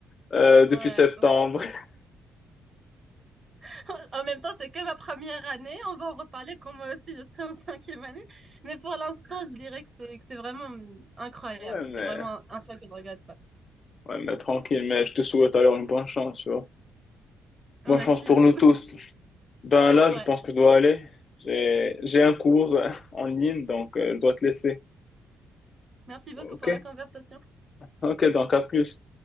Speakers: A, on the left; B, on the right.
A: euh, depuis
B: Ouais,
A: septembre.
B: ouais.
A: <laughs>
B: <laughs> En même temps, c'est que ma première année. On va en reparler quand moi aussi, je serai en <laughs> cinquième année. Mais pour l'instant, je dirais que c'est que c'est vraiment incroyable.
A: Ouais,
B: C'est
A: mais,
B: vraiment un un choix que je ne regrette pas.
A: ouais, mais tranquille. Mais je te souhaite alors une bonne chance, tu vois.
B: Merci
A: Bonne chance pour
B: beaucoup.
A: nous tous. Ben
B: <laughs>
A: là,
B: Ouais.
A: je pense que je dois aller. J'ai, j'ai un cours <laughs> en ligne, donc euh, je dois te laisser.
B: Merci beaucoup
A: Ok?
B: pour la conversation.
A: Ok, donc à plus.